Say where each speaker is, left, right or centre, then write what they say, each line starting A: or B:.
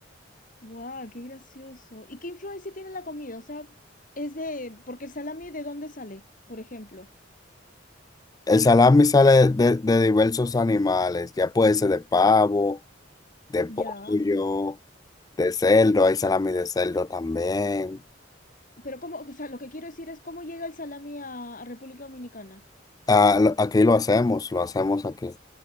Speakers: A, on the left; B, on the left.
A: ¡Guau! ¡Qué gracioso! ¿Y qué influencia tiene la comida? O sea, es de... Porque el salami, ¿de dónde sale? Por ejemplo.
B: El salami sale de, de diversos animales, ya puede ser de pavo, de pollo,
A: Ya.
B: de cerdo, hay salami de cerdo también.
A: Pero cómo, o sea, lo que quiero decir es cómo llega el salami a, a República Dominicana.
B: Ah, lo- aquí lo hacemos, lo hacemos aquí.